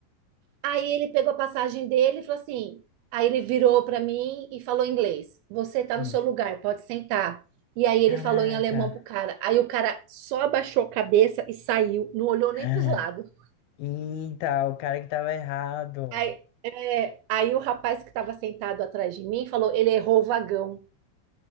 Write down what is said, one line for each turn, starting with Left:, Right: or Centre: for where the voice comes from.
Right: Aí ele pegou a passagem dele e falou assim. Aí ele virou para mim e falou em inglês: Você tá
Left: Hum.
Right: no seu lugar, pode sentar. E aí ele
Left: Caraca.
Right: falou em alemão pro cara. Aí o cara só abaixou a cabeça e saiu, não olhou
Left: <gasps> Ah.
Right: nem pros lados.
Left: Eita, o cara que tava errado.
Right: Aí, é, aí o rapaz que estava sentado atrás de mim falou: Ele errou o vagão.